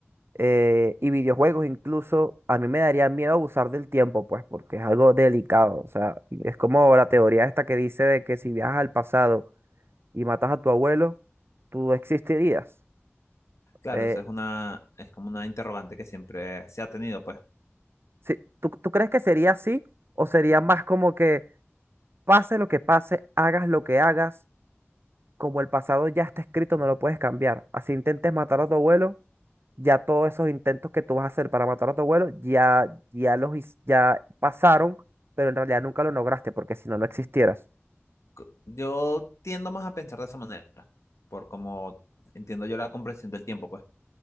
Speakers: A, on the right; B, on the left.
A: eh, y videojuegos incluso, a mí me daría miedo abusar del tiempo, pues, porque es algo delicado. O sea, y es como la teoría esta que dice de que si viajas al pasado y matas a tu abuelo, tú existirías.
B: Claro,
A: Eh,
B: eso es una, es como una interrogante que siempre se ha tenido, pues.
A: Sí, ¿tú, tú crees que sería así o sería más como que pase lo que pase, hagas lo que hagas, como el pasado ya está escrito, no lo puedes cambiar? Así intentes matar a tu abuelo, ya todos esos intentos que tú vas a hacer para matar a tu abuelo, ya, ya los his- ya pasaron, pero en realidad nunca lo lograste, porque si no, no existieras.
B: Co- Yo tiendo más a pensar de esa manera, por como entiendo yo la comprensión del tiempo, pues.